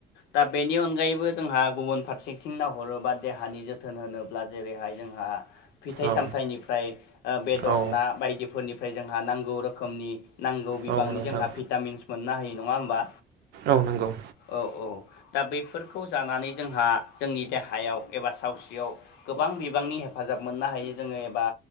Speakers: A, on the left; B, on the right.
A: दा बेनि अनगायैबो जोंहा गुबुन फारसेथिं नायहरोबा देहानि जोथोन होनो जेरैहाय जोंहा फिथाइ
B: औ
A: सामथाइनिफ्राय बेदर
B: औ
A: ना बायदिफोरनिफ्राय जोंहा नांगौ रोखोमनि नांगौ बिबांनि
B: औ नोंथां
A: जोंहा भिटामिनस मोननो हायो नङा होमबा
B: औ नंगौ।
A: औ औ दा बैफोरखौ जानानै जोंहा जोंनि देहायाव एबा सावस्रियाव गोबां बिबांनि हेफाजाब मोननो हायो जोङो एबा